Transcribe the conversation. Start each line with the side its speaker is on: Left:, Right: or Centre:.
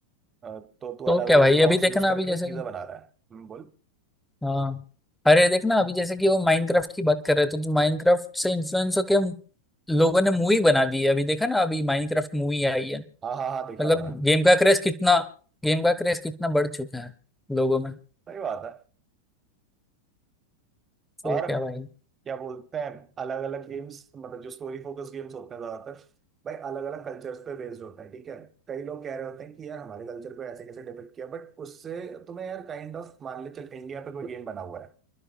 Right: अ, तो तू
Centre: तो
Right: अलग
Centre: क्या
Right: अलग
Centre: भाई
Right: ब्लॉक्स
Centre: अभी देखना
Right: यूज करके
Centre: अभी जैसे
Right: चीजें
Centre: कि
Right: बना रहा है हम्म, बोल
Centre: हाँ अरे देखना अभी जैसे कि वो माइनक्राफ्ट की बात कर रहे थे तो माइनक्राफ्ट से इन्फ्लुएंस होके लोगों ने मूवी बना दी है अभी देखा ना अभी माइनक्राफ्ट मूवी आई है
Right: हाँ हाँ हाँ
Centre: मतलब
Right: दिख रहा है
Centre: गेम का क्रेज कितना गेम का क्रेज कितना बढ़ चुका है लोगों में
Right: सही बात है
Centre: तो
Right: और
Centre: क्या भाई
Right: क्या बोलते हैं अलग अलग गेम्स मतलब जो स्टोरी फोकस गेम्स होते हैं ज्यादातर भाई अलग अलग कल्चर्स पे बेस्ड होता है ठीक है कई लोग कह रहे होते हैं कि यार हमारे कल्चर को ऐसे कैसे डिपिक्ट किया बट उससे तुम्हें यार काइंड ऑफ मान ले चल इंडिया पे कोई गेम बना हुआ है